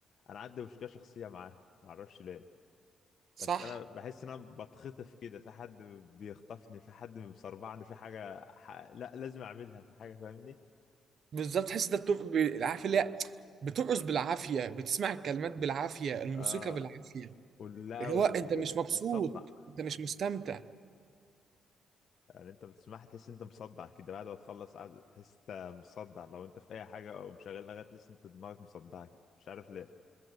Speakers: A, on the left (about 60°); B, on the right (about 60°).
A: انا عندي مشكله شخصيه معاها ما اعرفش ليه
B: صح
A: بس انا بحس ان انا بتخطف كده في حد بيخطفني في حد بيصرعني في حاجه ح... لا لازم اعملها في حاجه فاهمني
B: بالظبط تحس ده بتق... ب- عارف اللي هي بترقص بالعافية بتسمع الكلمات بالعافية الموسيقى
A: اه
B: بالعافية
A: ولا
B: اللي
A: والصدع
B: هو انت مش مبسوط انت مش مستمتع
A: يعني انت بتسمعها تحس انت مصدع كده بعد ما تخلص قاعد تحس انت مصدع لو انت في اي حاجه او مشغل اغاني تحس انت دماغك مصدعه كده مش عارف ليه